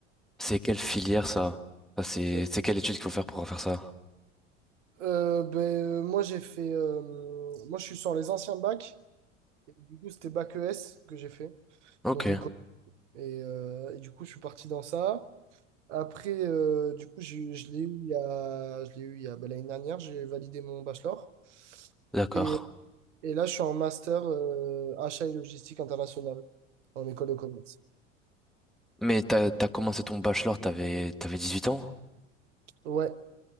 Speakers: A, in the centre; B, on the right.
A: C'est quelle filière ça? Ça, c'est,
B: Euh,
A: c'est quelle étude qu'il faut faire pour faire ça?
B: euh, ben, euh, moi, j'ai fait. euh, moi, je suis sur les anciens bacs. Et du coup, c'était bac ES que j'ai fait.
A: Ok,
B: Donc, éco. Et, euh, et du coup, je suis parti dans ça. Après, euh, du coup, j'ai eu- je l'ai eu il y a, je l'ai eu il y a, ben, l'année dernière, j'ai validé mon bachelor.
A: d'accord.
B: Et Et là, je suis en master euh, achat et logistique internationale en école de commerce.
A: Mais t'as, t'as commencé ton bachelor, t'avais, t'avais 18 ans?
B: Ouais,